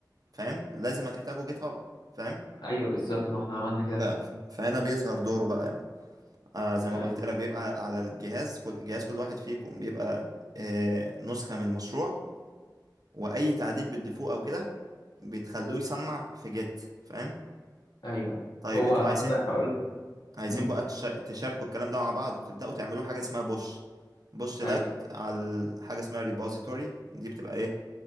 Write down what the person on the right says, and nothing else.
فاهم لازم هتحتاجوا جيت هاب فاهم
ف...
فهنا بيظهر دوره بقى يعني. آه زي ما
قلت لك بيبقى على الجهاز كل جهاز كل واحد فيكم بيبقى آه نسخة من المشروع واي تعديل بتضيفوه او كده بتخلوه يسمع في جيت فاهم
طيب
انتوا
بقى عايزين
عايزين
بقى تشا- تشاركوا الكلام ده مع بعض بتبدأوا تعملوا حاجة اسمها بوش بوش ده
على حاجة اسمها ريبوزيتوري دي بتبقى ايه